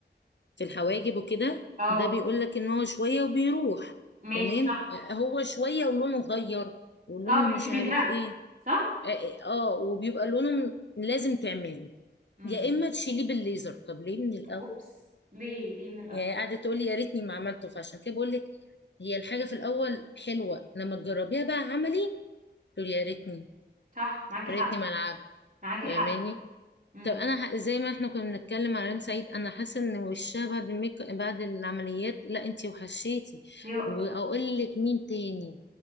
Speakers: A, on the left; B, on the right.
A: في الحواجب وكده
B: اه
A: ده بيقول لك ان هو شويه وبيروح
B: ماشي
A: تمام
B: صح
A: آه، هو شويه ولونه غير ولونه
B: اه بي-
A: مش
B: بي- بيزرق
A: عارف ايه
B: صح
A: اه آه، آه، وبيبقى لونه م- لازم تعمليه
B: امم
A: يا اما تشيليه بالليزر طب ليه من الاول
B: اوبس ليه ليه من الاول
A: يعني قاعده تقولي يا ريتني ما عملته فعشان كده بقول لك هي الحاجه في الاول حلوه لما تجربيها بقى عملي تقولي يا ريتني
B: صح معاكي
A: يا
B: حق
A: ريتني ما العبت
B: معاكي حق
A: فاهماني
B: امم
A: طب انا ح- زي ما احنا كنا بنتكلم على ريم سعيد انا حاسه ان وشها بعد الميك بعد العمليات لا انتي وحشيتي
B: ليه
A: واقول لك مين تاني